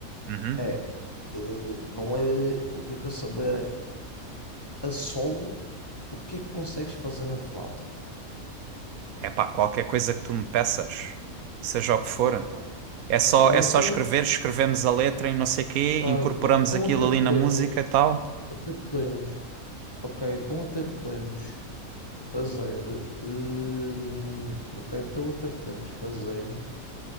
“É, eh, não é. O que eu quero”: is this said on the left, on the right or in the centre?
Left